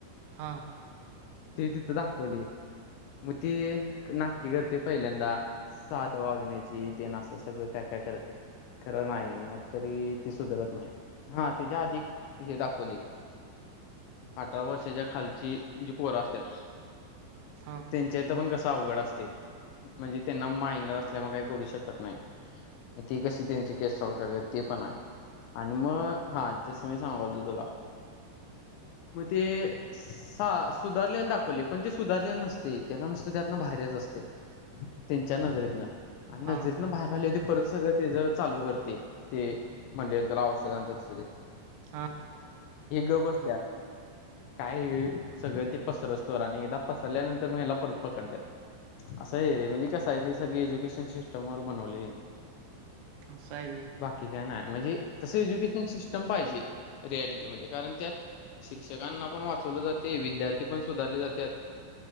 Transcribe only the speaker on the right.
हा
हा
हां
हां हां
<inaudible>
असं हाय व्हय.